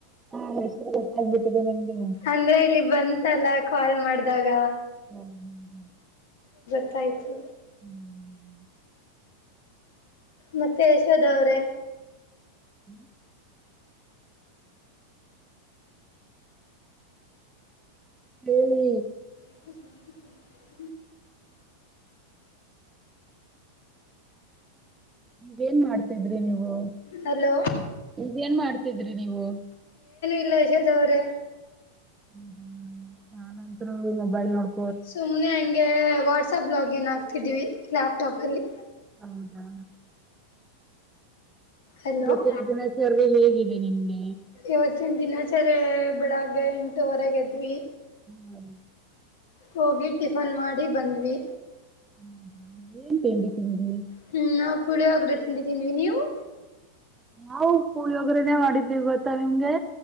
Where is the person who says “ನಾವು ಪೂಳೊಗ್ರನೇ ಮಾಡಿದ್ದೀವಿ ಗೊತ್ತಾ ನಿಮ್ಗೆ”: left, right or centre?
Right